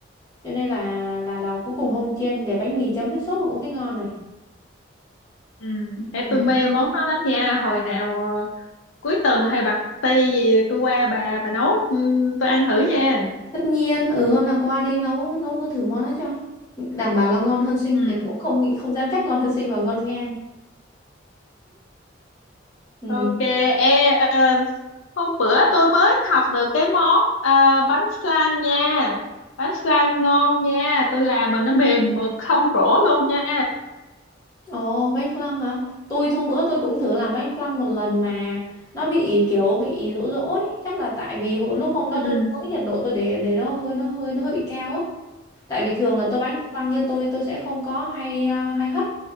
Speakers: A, on the left; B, on the left.
A: cho nên là là là cuối cùng không chiên để bánh mì chấm với sốt cũng thấy ngon rồi
B: ừ để
A: Ừ.
B: tôi mê món đó lắm nha hồi nào ờ, cuối tuần hay bạc ti gì tôi qua bà bà nấu ừ, tôi ăn thử nha
A: Tất nhiên, ừ hôm nào qua đi nấu nấu nấu thử món đó cho. Đảm bảo là ngon hơn Sinh,
B: ừ
A: Cái cũng không nghĩ không dám chắc ngon hơn Sinh và ngon ngang. Ừ.
B: ok Ê ờ, hôm bữa tôi mới học được cái món ờ, bánh flan nha bánh flan ngon nha tôi làm mà nó mềm mượt không rỗ luôn nha
A: Ồ, bánh flan hả? Tôi hôm bữa tôi cũng thử làm bánh flan một lần mà nó bị kiểu bị rỗ rỗ ấy, chắc là tại vì hồi, lúc hôm đó
B: ừ,
A: tôi
B: ừ,
A: nướng nhiệt độ tôi để để nó hơi nó hơi nó hơi bị cao á. Tại vì thường là tôi bánh flan như tôi tôi sẽ không có hay à, hay hấp.